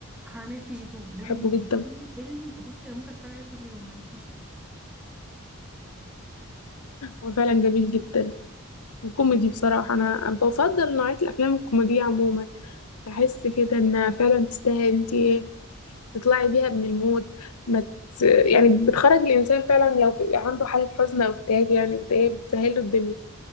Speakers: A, in the centre; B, on the left.
A: حرامية في كي جي 2 ده
B: بحبه
A: بالنسبة
B: جدا
A: لي فيلم بصي انا ممكن اتفرج عليه كل يوم ما عنديش مشاكل
B: هو فعلا جميل جدا وكوميدي بصراحة انا بفضل نوعية الافلام الكوميدية عموما بحس كده انها فعلا تستاهل انت إيه، تطلعي بيها من المود ما ت... يعني بتخرج الانسان فعلا لو عنده حالة حزن او اكتئاب يعني اكتئاب بتسهل له الدنيا